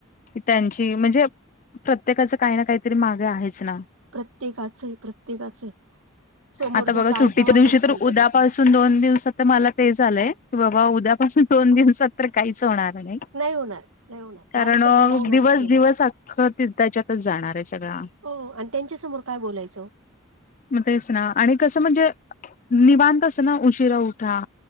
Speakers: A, on the left; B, on the right.
A: त्यांची म्हणजे प्रत्येकाच काही ना काहीतरी मागे आहेच ना
B: प्रत्येकाच प्रत्येकाच समोरच्याच
A: आता बघा सुट्टीच्या
B: ऐकावं आपण
A: दिवशी तर
B: शांतने
A: उद्यापासून
B: सांग
A: दोन दिवसात तर मला ते झालंय की बाबा उद्यापासून दोन दिवसात तर काहीच होणार नाही
B: होणार, नाही होणार.
A: कारण
B: माझं संडेला होणारच
A: दिवस
B: नाही.
A: दिवस अख्खं त्याच्यातच जाणार आहे सगळा
B: हो आणि त्यांच्यासमोर काय बोलायचं
A: मग तेच ना आणि कसं म्हणजे निवांत असतो ना उशिरा उठा